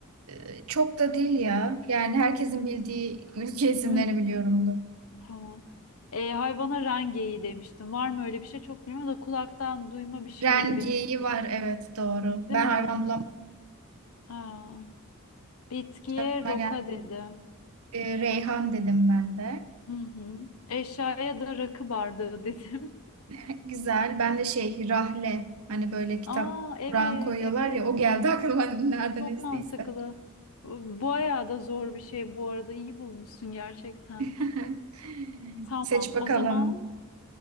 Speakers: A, on the right; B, on the left.
A: Ee, Çok da değil ya. Yani herkesin bildiği ülke isimlerini
B: Hı hı,
A: biliyorumdur.
B: Tamam. E, hayvana rengeyi demiştim. Var mı öyle bir şey çok bilmiyorum da kulaktan duyma bir şeydi
A: Rengeyi
B: benim.
A: var evet doğru.
B: Değil
A: Ben
B: mi?
A: hayvan bulamadım.
B: Aa, bitkiye
A: Aklıma
B: roka
A: geldi.
B: dedim.
A: Ee, Reyhan dedim ben de.
B: Hı hı. Eşyaya da rakı bardağı dedim.
A: <laughs> Güzel. Ben de şey Rahle. Hani böyle
B: <laughs>
A: kitap
B: Aa evet
A: Kur'an koyuyorlar
B: evet.
A: ya. O geldi aklıma <laughs> nereden
B: Çok
A: estiyse.
B: mantıklı. Bu Bayağı da zor bir şey bu arada. İyi bulmuşsun gerçekten.
A: <laughs>
B: Tamam
A: Seç bakalım.
B: o zaman